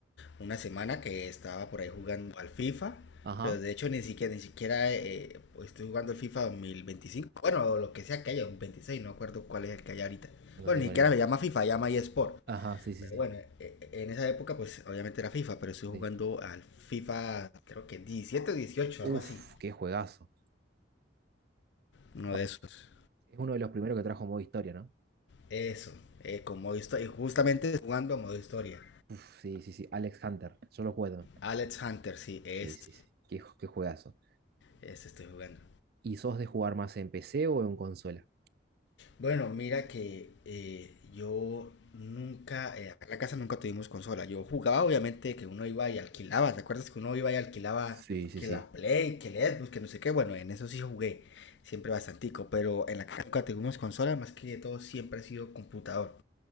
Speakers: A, on the left (about 70°); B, on the right (about 55°).
A: una semana que estaba por ahí jugando al FIFA,
B: Ajá,
A: pero de hecho ni siquiera, ni siquiera eh, pues, estoy jugando el FIFA 2025. Bueno, lo que sea que haya, un 26, no acuerdo cuál es el que hay ahorita.
B: no
A: Bueno,
B: tengo
A: ni siquiera
B: ni idea.
A: me llama FIFA, llama eSport.
B: Ajá, sí, sí,
A: Pero
B: sí.
A: bueno, e- en esa época pues obviamente era FIFA, pero estuve
B: sí.
A: jugando al FIFA creo que 17 o 18,
B: Uf,
A: algo así.
B: qué juegazo.
A: Uno
B: Bueno,
A: de esos.
B: Es uno de los primeros que trajo modo historia, ¿no?
A: Eso, eh, con modo historia. Y justamente jugando a modo historia.
B: Uf, sí, sí, sí. Alex Hunter. Yo lo juego. también.
A: Alex Hunter, sí, este,
B: Sí, sí, sí. Qué, ju- qué juegazo.
A: este estoy jugando.
B: ¿Y sos de jugar más en PC o en consola?
A: Bueno, mira que eh, yo nunca, eh, acá en la casa nunca tuvimos consola. Yo jugaba, obviamente, que uno iba y alquilaba. ¿Te acuerdas que uno iba y alquilaba
B: Sí, sí,
A: que
B: sí.
A: la Play, que el Xbox, que no sé qué? Bueno, en eso sí jugué, siempre bastantico, pero en la casa nunca tuvimos consola, más que todo siempre ha sido computador,